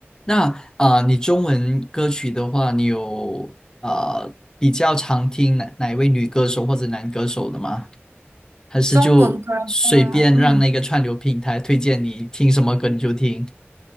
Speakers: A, on the left; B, on the right.
A: 那啊、呃你中文歌曲的话，你有啊比较常听哪哪一位女歌手或者男歌手的吗？还是就随便让那个串流平台推荐你听什么歌你就听？
B: 中文歌的话，嗯。